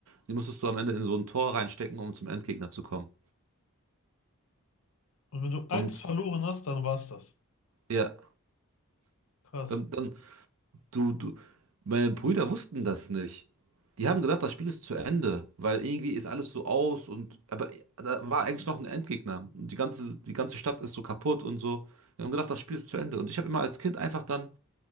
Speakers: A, on the right (about 70°); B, on the left (about 65°).
A: Die musstest du am Ende in so ein Tor reinstecken, um zum Endgegner zu kommen.
B: Und wenn du eins
A: Und
B: verloren hast, dann war's das.
A: ja,
B: Krass.
A: dann, dann, Du, du, meine Brüder wussten das nicht. Die haben gedacht, das Spiel ist zu Ende, weil irgendwie ist alles so aus und, aber da war eigentlich noch ein Endgegner. Und die ganze, die ganze Stadt ist so kaputt und so. Die haben gedacht, das Spiel ist zu Ende. Und ich habe immer als Kind einfach dann